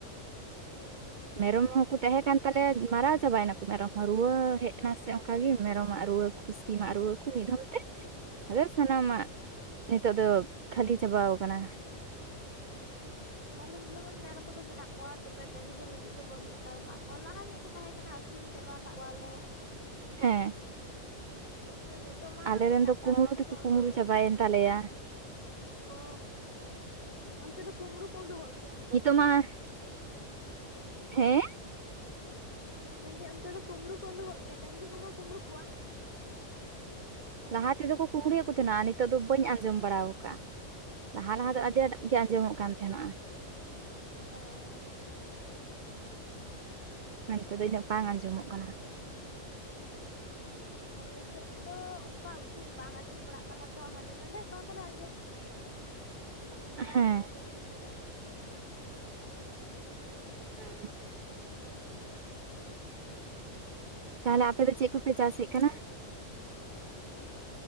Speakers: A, on the left; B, on the right.
A: ᱚ
B: ᱢᱮᱨᱚᱢ ᱦᱚᱸᱠᱚ ᱛᱟᱦᱮᱸ ᱠᱟᱱ ᱛᱟᱞᱮᱭᱟ, ᱢᱟᱨᱟᱣ ᱪᱟᱵᱟᱭᱮᱱᱟᱠᱚ ᱢᱮᱨᱚᱢ ᱦᱚᱸ, ᱨᱩᱣᱟᱹ ᱦᱮᱡ ᱱᱟ ᱥᱮ ᱚᱱᱠᱟ ᱜᱮ ᱢᱮᱨᱚᱢᱟᱜ ᱨᱩᱣᱟᱹ ᱾ ᱠᱩᱥᱤ ᱢᱟᱜ ᱨᱩᱣᱟᱹ ᱠᱚ ᱢᱤᱫ ᱫᱷᱚᱢ ᱛᱮ ᱾ <unintelligible> ᱥᱟᱱᱟᱢᱟᱜ ᱱᱤᱛᱚᱜ ᱫᱚ ᱠᱷᱟᱹᱞᱤ ᱪᱟᱵᱟᱣ ᱟᱠᱟᱱᱟ ᱾
A: ᱟᱞᱮᱨᱤᱱ ᱡᱮᱢᱚᱱ ᱢᱮᱨᱚᱢ ᱠᱚᱫᱚ ᱢᱮᱱᱟᱜ ᱠᱚᱣᱟ ᱛᱚᱵᱮ ᱰᱟᱹᱝᱨᱤ ᱫᱚ ᱱᱤᱛᱚᱜ ᱫᱚ ᱵᱟᱹᱱᱩᱜ ᱛᱟᱲ ᱠᱟᱜ ᱠᱚᱣᱟ ᱞᱟᱦᱟ ᱧᱚᱜ ᱠᱚ ᱛᱟᱦᱮᱸ ᱠᱟᱱᱟ ᱟᱹᱠᱷᱨᱤᱧ ᱪᱟᱵᱟ ᱠᱟᱜ ᱠᱚᱣᱟᱞᱮ ᱾
B: ᱦᱮᱸ ᱾
A: ᱛᱟᱯᱚᱨᱮ ᱱᱤᱛᱚᱜ ᱢᱟ
B: ᱟᱞᱮᱨᱮᱱ
A: ᱴᱟᱠᱴᱟᱨ
B: ᱫᱚ ᱠᱩᱢᱲᱩ
A: ᱜᱟᱹᱰᱤ
B: ᱛᱮᱠᱚ
A: ᱠᱚ ᱩᱰᱚᱸᱜ
B: ᱠᱩᱢᱲᱩ
A: ᱟᱠᱟᱱᱟ
B: ᱪᱟᱵᱟᱭᱮᱱ
A: ᱾
B: ᱛᱟᱞᱮᱭᱟ
A: ᱚ ᱚᱱᱛᱮ ᱫᱚ ᱠᱩᱢᱲᱩ ᱠᱚ ᱩᱰᱩᱠᱚᱜ ᱜᱮᱭᱟ ᱾
B: ᱛᱚᱢᱟ ᱦᱮᱸ
A: ᱢᱮᱱᱫᱟᱹᱧ ᱚᱱᱛᱮ ᱫᱚ ᱠᱩᱢᱵᱽᱲᱩ ᱠᱚ ᱩᱰᱩᱠᱚᱜ ᱜᱮᱭᱟ, ᱰᱟᱹᱝᱨᱤ ᱠᱚᱦᱚᱸ ᱠᱩᱢᱵᱽᱲᱩ ᱠᱚᱣᱟ?
B: ᱞᱟᱦᱟ ᱛᱮᱫᱚ ᱠᱚ ᱠᱩᱢᱵᱲᱩᱭᱮᱫ ᱠᱚ ᱛᱟᱦᱮᱱᱟ ᱱᱤᱛᱚᱜ ᱫᱚ ᱵᱟᱹᱧ ᱟᱸᱡᱚᱢ ᱵᱟᱲᱟᱣ ᱠᱟᱜᱼᱟ ᱾ ᱞᱟᱦᱟ ᱞᱟᱦᱟ ᱫᱚ ᱟᱹᱰᱤ ᱟᱸᱴ ᱜᱮ ᱟᱸᱡᱚᱢᱚᱜ ᱠᱟᱱ ᱛᱟᱦᱮᱱᱟ ᱾
A: ᱚ
B: ᱢᱮᱱᱛᱮ ᱤᱱᱟᱹᱜ ᱫᱚ ᱵᱟᱝ ᱟᱸᱡᱚᱢᱚᱜ ᱠᱟᱱᱟ ᱾
A: ᱟᱞᱮ ᱥᱮᱫ ᱫᱚ ᱚᱱᱠᱟ ᱩᱠᱩᱨ ᱵᱟᱝ ᱟᱸᱡᱚᱢ ᱵᱟᱲᱟᱜ ᱠᱟᱱᱟ ᱛᱚ ᱦᱟᱸᱰᱮ ᱱᱟᱰᱮ ᱚᱠᱟ ᱠᱚᱨᱮ ᱟᱸᱡᱚᱢ <unintelligible>
B: ᱦᱮᱸ ᱦᱩᱸ ᱛᱟᱦᱚᱞᱮ ᱟᱯᱮ ᱫᱚ ᱪᱮᱫ ᱠᱚᱯᱮ ᱪᱟᱥᱮᱫ ᱠᱟᱱᱟ ᱾